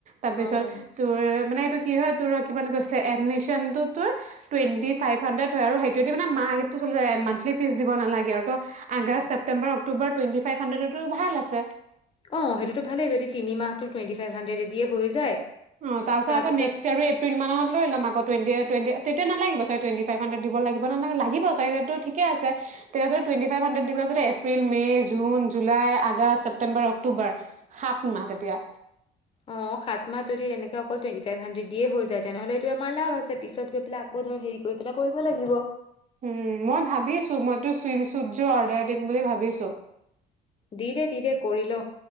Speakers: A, on the right; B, on the left.
A: তাৰপিছত
B: অ',
A: তোৰ মানে তোৰ কি হয় তোৰ ৰ কিমান গৈছিলে এডমিচনতো তোৰ টুৱেন্টি ফাইভ হাইড্ৰেট হয় আৰু সেইটোদি মানে মাহ ৰেটতো চলি যায় মানথলি ফিচ দিব নালাগে আৰু তই আগষ্ট, ছেপ্তেম্বৰ, অক্টোবৰ টুৱেন্টি ফাইভ হাইড্ৰেটটো ভাল আছে
B: অঁ সেইটোতো ভালেই যদি তিনি মাহটো টুৱেন্টি ফাইভ হাণ্ড্ৰেডেটেদিয়ে হৈ যায়
A: অ তাৰ পিছত
B: তাৰপিছত
A: আকৌ নেক্সট ইয়াৰো এপ্ৰিল মাহত লৈ ল'ম আগত টুৱেন্টি অ টুৱেন্টি তেতিয়া নালাগিব চাগে টুৱেন্টি ফাইভ হান্ডেট দিব লাগিব না নালাগে লাগিব চাগে ত ঠিকে আছে তেতিয়া যদি টুৱেন্টি ফাইভ হান্ডেট দিব পেলাই যদি April May June July August September October সাত মাহ তেতিয়া
B: অ সাত মাহ যদি তেনেকে অকল টুৱেণ্টি ফাইভ হাড্ৰেদ দিয়ে হৈ যায় তেনেহ'লে এইটো আমাৰ লাভ আছে পিছত গৈ পেলাই আকৌ ধৰ হেৰি কৰি পেলাই কৰিব লাগিব
A: উম মই ভাৱিছো মইতো ছুইম চোটযোৰ অৰ্ডাৰ দিম বুলি ভাৱিছো
B: দি দে দি দে কৰি ল